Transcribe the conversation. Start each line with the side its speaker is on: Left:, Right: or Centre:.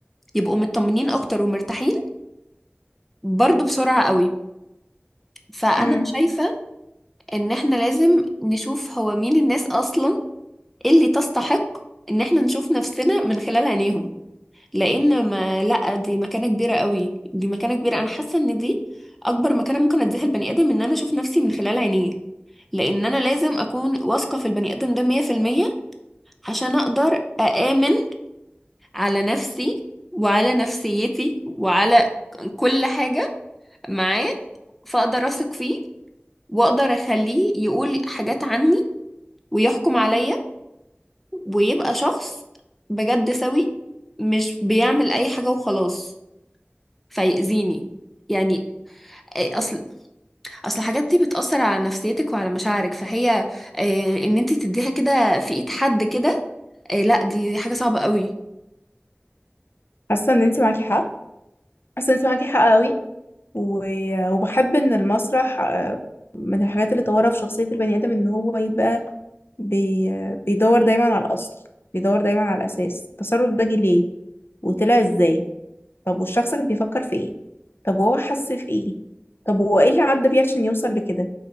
Centre: يبقوا مطمنين اكتر ومرتاحين برضو بسرعة قوي فانا
Left: مم.
Centre: شايفة ان احنا لازم نشوف هو مين الناس اصلا اللي تستحق ان احنا نشوف نفسنا من خلال عينيهم لان ما لا دي مكانه كبيره قوي دي مكانه كبيره انا حاسه ان دي اكبر مكانه ممكن اديها البني ادم ان انا اشوف نفسي من خلال عينيه لان انا لازم اكون واثقه في البني ادم ده 100% عشان اقدر اامن على نفسي وعلى نفسيتي وعلى كل حاجه معاه فاقدر اثق فيه واقدر اخليه يقول حاجات عني ويحكم عليا ويبقى شخص بجد سوي مش بيعمل اي حاجه وخلاص فيأذيني يعني إيه، اصل اصل الحاجات دي بتأثر على نفسيتك وعلى مشاعرك فهي إيه، ان انت تديها كده في ايد حد كده إيه، لا دي حاجة صعبة قوي
Left: حاسة ان انت معاكي حق حاسة ان انت معاكي حق قوي و- وبحب ان المسرح آه، من الحاجات اللي طورها في شخصية البني آدم ان هو يبقى بي... بيدور دايما على الأصل بيدور دايما على الأساس التصرف ده جه ليه وطلع ازاي طب والشخص كان بيفكر في ايه طب وهو حس في ايه طب هو ايه اللي عدى بيه عشان يوصل لكده